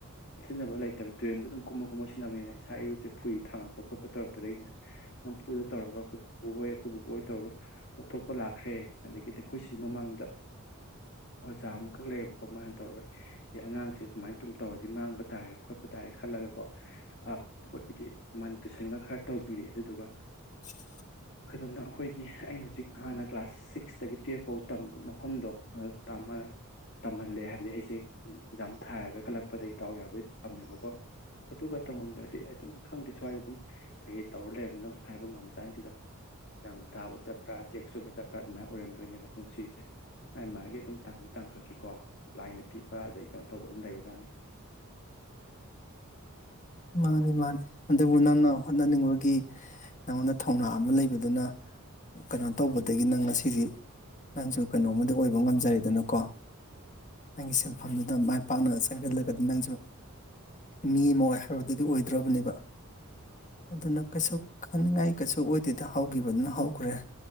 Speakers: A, on the left; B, on the left.
A: ꯁꯤꯖꯤꯟꯅꯕ ꯂꯩꯇꯕ ꯇ꯭ꯔꯦꯟꯗ ꯑꯗꯨꯝ ꯀꯨꯝꯃ ꯀꯨꯝꯃ ꯁꯤꯟꯅꯕꯅꯤꯅ ꯏꯁꯥ ꯏꯔꯨꯁꯦ ꯐꯨꯔꯤ ꯊꯥꯡꯉꯛꯄ ꯈꯣꯠꯄ ꯇꯧꯔꯛꯄꯗꯩꯅꯦ ꯗꯨꯝ ꯐꯨꯗ ꯇꯧꯔꯒ ꯑꯈꯣꯏꯄꯨꯄꯨꯍꯣꯏ ꯑꯈꯣꯏ ꯕꯨꯕꯣꯛꯍꯣꯏ ꯇꯧꯔꯒ ꯂꯧꯊꯣꯛꯄ ꯂꯥꯛ ꯍꯩꯌꯦ ꯑꯗꯒꯤꯗꯤ ꯑꯩꯈꯣꯏꯁꯤ ꯃꯃꯥꯡꯗ ꯑꯣꯖꯥ ꯑꯃ ꯈꯛ ꯂꯩꯌꯦꯕꯀꯣ ꯃꯥꯅ ꯇꯧꯔꯒ ꯑꯦ ꯑꯉꯥꯡꯁꯦ ꯁꯨꯃꯥꯏꯅ ꯇꯨꯝ ꯇꯧꯔꯗꯤ ꯃꯥꯡꯕ ꯇꯥꯔꯦ ꯈꯣꯠꯄ ꯇꯥꯔꯦ ꯈꯜꯂꯒꯀꯣ ꯑ ꯃꯣꯏꯒꯤ ꯃꯟ ꯇꯨꯏꯁꯟꯒ ꯈꯔ ꯇꯧꯕꯤꯔꯦ ꯑꯗꯨꯗꯨꯒ
B: <inaudible>
A: ꯀꯩꯅꯣꯅ ꯑꯩꯈꯣꯏꯒꯤ ꯑꯩꯅ ꯍꯨꯖꯤꯛ ꯍꯥꯟꯅ ꯀ꯭ꯂꯥꯁ ꯁꯤꯛꯁꯇꯒꯤ ꯇꯨꯌꯦꯜꯞꯐꯥꯎ ꯇꯝꯕ ꯗꯣꯛ ꯑ ꯇꯝꯃ ꯇꯝꯍꯜꯂꯦ ꯍꯥꯏꯕꯗꯤ ꯑꯩꯁꯦ ꯑꯦꯛꯖꯥꯝ ꯊꯥꯔꯒ ꯈꯜꯂꯛꯄꯗꯒꯤ ꯗꯥꯎ ꯌꯥꯕꯩ ꯇꯝꯃꯦꯕꯀꯣ ꯑꯗꯨꯒ ꯇꯝꯃꯝꯗ꯭ꯔꯗꯤ ꯑꯩ ꯑꯗꯨꯝ ꯈꯪꯗꯦ ꯁ꯭ꯋꯥꯏꯗ ꯑꯗꯨꯝ ꯀꯩꯩ ꯇꯧꯔ ꯂꯩꯔꯝꯗꯨꯅꯣ ꯍꯥꯏꯕ ꯉꯝꯕꯖꯥꯠꯅꯥꯠ ꯅꯇꯦꯗ ꯔꯪ ꯇꯥꯕ ꯆꯠꯄ꯭ꯔꯥ ꯆꯦꯛ ꯁꯨꯕ ꯆꯠꯄ꯭ꯔꯥ ꯑꯗꯨꯃꯥꯏꯅ ꯑꯣꯏꯔꯝꯗꯣꯏꯅꯦꯕ ꯄꯨꯟꯁꯤꯁꯦ ꯃꯥꯏ ꯃꯥꯒꯤ ꯑꯗꯨꯝ ꯇꯥꯡꯀꯛ ꯇꯥꯡꯀꯛꯀꯤꯀꯣ ꯂꯥꯏꯅ ꯄꯤꯕ ꯑꯗꯒꯤ ꯀꯩꯅꯣ ꯇꯧꯕ ꯑꯗꯨꯝ ꯂꯩꯕꯖꯥꯠꯅꯤ
B: ꯃꯥꯅꯤ ꯃꯥꯅꯤ ꯑꯗꯨꯕꯨ ꯅꯪꯅ ꯍꯣꯠꯅꯅꯤꯡꯕꯒꯤ ꯅꯪꯉꯣꯟꯗ ꯊꯧꯅ ꯑꯃ ꯂꯩꯕꯗꯨꯅ ꯀꯅꯣ ꯇꯧꯕꯗꯒꯤ ꯅꯪ ꯉꯁꯤꯗꯤ ꯅꯪꯁꯨ ꯀꯩꯅꯣꯝꯃꯗꯤ ꯑꯣꯏꯕ ꯉꯝꯖꯔꯦꯗꯅꯀꯣ ꯅꯪꯒꯤ ꯁꯤꯟꯐꯝꯗꯨꯗ ꯃꯥꯏ ꯄꯥꯛꯅ ꯆꯪꯖꯜꯂꯒꯗꯤ ꯅꯪꯁꯨ ꯃꯤ ꯑꯃ ꯑꯣꯏ ꯍꯥꯏꯕꯗꯨꯗꯤ ꯑꯣꯏꯗ꯭ꯔꯣꯕꯅꯦꯕ ꯑꯗꯨꯅ ꯀꯩꯁꯨ ꯈꯟꯅꯤꯡꯉꯥꯏ ꯀꯩꯁꯨ ꯑꯣꯏꯗꯦꯗ ꯍꯧꯈꯤꯕꯗꯨꯅ ꯍꯧꯈ꯭ꯔꯦ